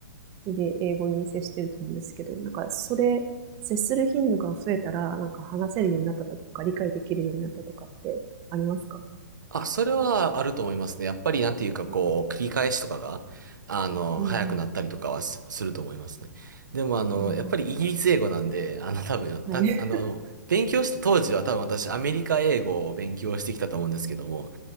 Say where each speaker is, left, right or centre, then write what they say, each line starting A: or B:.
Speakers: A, on the right; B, on the right.
A: 日々英語に接してると思うんですけど、なんかそれ、接する頻度が増えたら、なんか話せるようになったとか、理解できるようになったとかってありますか
B: あ、それはあると思いますね。やっぱりなんていうかこう、
A: う
B: 繰り返しとかが、あの、
A: ん。
B: 早くなったりとかはす、すると思いますね。でもあの、
A: うん。
B: やっぱりイギリス英語なんで、あの多分、た、
A: ああ、はい。
B: あの、勉強した当時は多分私アメリカ英語を勉強してきたと思うんですけども、